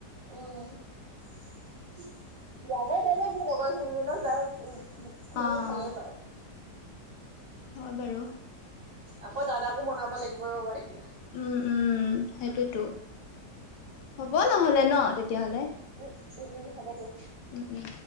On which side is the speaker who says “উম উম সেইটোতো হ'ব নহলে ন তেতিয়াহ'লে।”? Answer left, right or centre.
Left